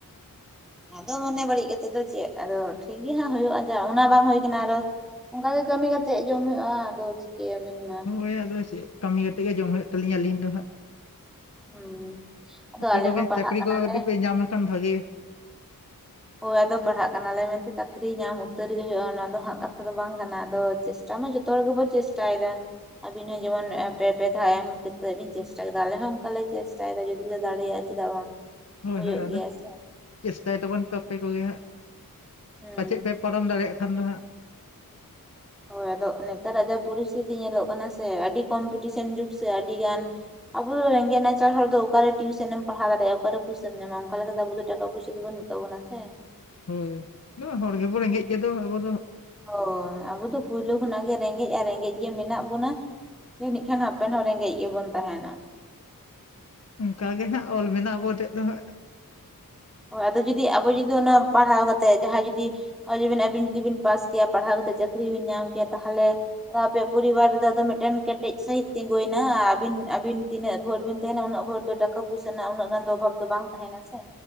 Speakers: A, in the centre; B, on the left.
A: ᱟᱫᱚ ᱢᱚᱱᱮ ᱵᱟᱹᱲᱤᱡ ᱠᱟᱛᱮᱫ ᱫᱚ ᱪᱮᱫ ᱟᱫᱚ ᱴᱷᱤᱠ ᱜᱮ ᱦᱟᱸᱜ ᱦᱩᱭᱩᱜᱼᱟ ᱡᱟᱦᱟ ᱚᱱᱟ ᱵᱟᱝ ᱦᱩᱭ ᱠᱟᱱᱟ ᱟᱨᱦᱚᱸ ᱚᱱᱠᱟ ᱜᱮ ᱠᱟᱹᱢᱤ ᱠᱟᱛᱮᱜ ᱡᱚᱢ ᱦᱩᱭᱩᱜᱼᱟ ᱟᱫᱚ ᱪᱤᱠᱟᱹᱭ ᱟᱵᱤᱱ ᱢᱟ
B: ᱦᱳᱭ ᱟᱫᱚ ᱪᱮᱫ ᱠᱟᱹᱢᱤ ᱠᱟᱛᱮ ᱜᱮ ᱡᱚᱢ ᱦᱩᱭᱩᱜ ᱛᱟᱞᱤᱧᱟ ᱟᱹᱞᱤᱧ ᱫᱚ ᱦᱟᱸᱜ
A: ᱦᱩᱸ ᱟᱫᱚ
B: ᱟᱯᱮ
A: ᱟᱞᱮ
B: ᱠᱚᱜᱮ
A: ᱦᱚᱸ ᱯᱟᱲᱦᱟᱜ
B: ᱪᱟᱹᱠᱨᱤ
A: ᱠᱟᱱᱟᱞᱮ
B: ᱠᱚ ᱡᱚᱰᱤ ᱯᱮ ᱧᱟᱢ ᱞᱮᱠᱷᱟᱱ ᱵᱷᱟᱜᱮ
A: ᱦᱳᱭ ᱟᱫᱚ ᱯᱟᱲᱦᱟᱜ ᱠᱟᱱᱟᱞᱮ ᱢᱮᱱᱛᱮ ᱪᱟᱠᱨᱤ ᱧᱟᱢ ᱩᱛᱟᱹᱨ ᱜᱮ ᱦᱩᱭᱩᱜᱼᱟ ᱾ ᱚᱱᱟ ᱫᱚ ᱦᱟᱸᱜ ᱠᱟᱛᱷᱟ ᱫᱚ ᱵᱟᱝ ᱠᱟᱱᱟ ᱟᱫᱚ ᱪᱮᱥ ᱪᱮᱥᱴᱟ ᱢᱟ ᱡᱚᱛᱚ ᱦᱚᱲ ᱜᱮᱵᱚᱱ ᱪᱮᱥᱴᱟᱭ ᱫᱟ, ᱟᱵᱤᱱ ᱦᱚᱸ ᱡᱮᱢᱚᱱ ᱯᱮ ᱯᱮ ᱫᱷᱟᱣ ᱮᱢ ᱠᱟᱛᱮᱫ ᱵᱤᱱ ᱪᱮᱥᱴᱟ ᱠᱮᱫᱟ ᱾ ᱟᱞᱮ ᱦᱚᱸ ᱚᱱᱠᱟᱞᱮ ᱪᱮᱥᱴᱟᱭᱮᱫᱟ ᱡᱩᱫᱤ ᱞᱮ ᱫᱟᱲᱮᱭᱟᱜᱼᱟ ᱾ ᱪᱮᱫᱟᱜ ᱵᱟᱝ?
B: ᱦᱳᱭ
A: ᱦᱩᱭᱩᱜ
B: ᱦᱳᱭ, ᱟᱫᱚ
A: ᱜᱮᱭᱟ ᱥᱮ
B: ᱪᱮᱥᱴᱟᱭ ᱛᱟᱵᱚᱱ ᱯᱮ ᱟᱯᱮ ᱠᱚᱜᱮ ᱦᱟᱸᱜ
A: ᱦᱩᱸ
B: ᱯᱟᱪᱮᱫ ᱯᱮ ᱯᱟᱨᱚᱢ ᱫᱟᱲᱮᱭᱟᱜ ᱠᱷᱟᱱ ᱫᱚ ᱦᱟᱸᱜ,
A: ᱦᱳᱭ ᱟᱫᱚ ᱱᱮᱛᱟᱨᱼᱟᱜ ᱡᱟ ᱯᱚᱨᱤᱥᱛᱷᱤᱛᱤ ᱧᱮᱞᱚᱜ ᱠᱟᱱᱟ ᱥᱮ ᱟᱹᱰᱤ ᱠᱚᱢᱯᱤᱴᱤᱥᱮᱱ ᱡᱩᱹᱜ ᱥᱮ ᱟᱹᱰᱤ ᱜᱟᱱ ᱟᱵᱚ ᱫᱚ ᱨᱮᱸᱜᱮᱡ ᱱᱟᱪᱟᱨ ᱦᱚᱲ ᱫᱚ ᱚᱠᱟᱨᱮ ᱴᱤᱭᱩᱥᱚᱱ ᱮᱢ ᱯᱟᱲᱦᱟᱣ ᱫᱟᱲᱮᱭᱟᱜᱼᱟ ᱾ ᱚᱠᱟᱨᱮᱢ ᱯᱩᱭᱥᱟᱢ ᱧᱟᱢᱼᱟ ᱾ ᱚᱱᱠᱟ ᱞᱮᱠᱟᱛᱮ ᱟᱵᱚ ᱫᱚ ᱴᱟᱠᱟ ᱯᱚᱭᱥᱟ ᱫᱚ ᱵᱟᱹᱱᱩᱜ ᱛᱚᱵᱮ ᱱᱟᱥᱮᱸ,
B: ᱦᱳᱭ ᱟᱫᱚ ᱦᱚᱲ ᱜᱮᱵᱚᱱ ᱨᱮᱸᱜᱮᱡᱽ ᱜᱮᱫᱚ ᱟᱵᱚ ᱫᱚ
A: ᱦᱳᱭ ᱟᱵᱚ ᱫᱚ ᱯᱩᱭᱞᱩ ᱠᱷᱚᱱᱟᱜ ᱜᱮ ᱨᱮᱸᱜᱮᱡᱽ ᱟᱨ ᱨᱮᱸᱜᱮᱡᱽ ᱜᱮ ᱢᱮᱱᱟᱜ ᱵᱚᱱᱟ ᱾ ᱡᱟᱹᱱᱤᱡ ᱠᱷᱟᱱ ᱦᱟᱯᱮᱱ ᱦᱚᱸ ᱨᱮᱸᱜᱮᱡᱽ ᱜᱮᱵᱚᱱ ᱛᱟᱸᱦᱮᱱᱟ ᱾
B: ᱚᱱᱠᱟ ᱜᱮ ᱦᱟᱸᱜ ᱚᱞ ᱢᱮᱱᱟᱜᱼᱟ ᱟᱵᱚ ᱴᱷᱮᱡ ᱫᱚ ᱦᱟᱸᱜ,
A: ᱦᱳᱭ ᱟᱫᱚ ᱡᱩᱫᱤ ᱟᱵᱚ ᱡᱩᱫᱤ ᱚᱱᱟ ᱯᱟᱲᱦᱟᱣ ᱠᱟᱛᱮᱫ ᱡᱟᱦᱟᱭ ᱡᱩᱫᱤ ᱦᱚᱭ ᱟᱵᱤᱱ ᱡᱩᱫᱤ ᱵᱤᱱ ᱯᱟᱥ ᱠᱮᱭᱟ ᱯᱟᱲᱦᱟᱣ ᱠᱟᱛᱮᱫ ᱪᱟᱹᱠᱨᱤ ᱵᱤᱱ ᱧᱟᱢ ᱠᱮᱭᱟ ᱛᱟᱦᱚᱞᱮ, ᱟᱫᱚ ᱟᱯᱮᱭᱟᱜ ᱯᱚᱨᱤᱵᱟᱨ ᱨᱮᱫᱚ ᱟᱫᱚ ᱢᱤᱫᱴᱮᱱ ᱠᱮᱴᱮᱡ ᱥᱟᱹᱦᱤᱡ ᱛᱤᱸᱜᱩᱭᱱᱟ ᱟᱵᱤᱱ ᱟᱵᱤᱱ ᱛᱤᱱᱟᱹᱜ ᱵᱷᱳᱨ ᱵᱤᱱ ᱛᱟᱦᱮᱱᱟ ᱩᱱᱟᱹᱜ ᱵᱷᱳᱨ ᱫᱚ ᱴᱟᱠᱟ ᱯᱩᱭᱥᱟ ᱨᱮᱱᱟᱜ ᱩᱱᱟᱹᱜ ᱜᱟᱱ ᱫᱚ ᱚᱵᱷᱟᱵ ᱫᱚ ᱵᱟᱝ ᱛᱟᱦᱮᱱᱟ ᱥᱮ